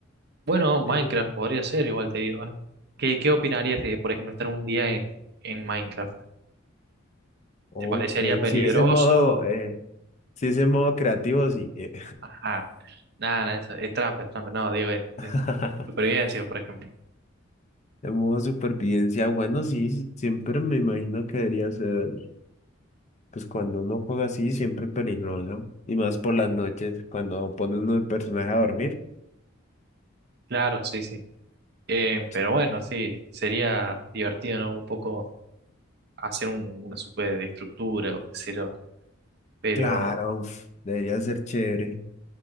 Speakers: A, on the right; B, on the left.
A: Bueno, Minecraft
B: Eh,
A: podría ser, igual te digo, ¿eh? ¿Qué, qué opinarías de, por ejemplo, estar un día en, en Minecraft?
B: ok,
A: ¿Te parecería peligroso?
B: si ese modo, eh, si ese modo creativo, sí. eh,
A: Ajá, nada, nada, eso es trampa, es trampa, no, digo, en, en
B: <laughs>
A: supervivencia, por ejemplo.
B: El modo supervivencia, bueno, sí, sí, siempre me imagino que debería ser, pues cuando uno juega así, siempre peligroso. Y más por las noches, cuando pone uno el personaje a dormir.
A: Claro, sí, sí. Eh,
B: Sí.
A: pero bueno, sí, sería divertido, ¿no? Un poco hacer un- una superestructura o qué sé yo. Pero,
B: Claro, uf, debería ser chévere.